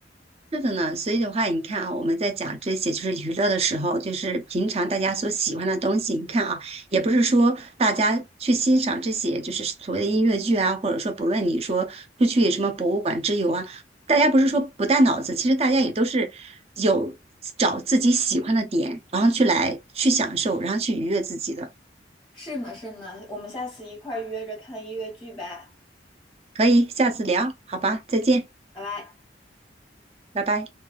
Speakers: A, on the right; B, in the centre.
A: 是的呢，所以的话，你看啊，我们在讲这些就是娱乐的时候，就是平常大家所喜欢的东西。你看啊，也不是说大家去欣赏这些就是所谓的音乐剧啊，或者说不论你说出去什么博物馆之游啊，大家不是说不带脑子，其实大家也都是有找自己喜欢的点，然后去来去享受，然后去愉悦自己的。
B: 是呢，是呢，我们下次一块儿约着看音乐剧呗，
A: 可以，下次聊，好吧，再见，
B: 拜拜。
A: 拜拜。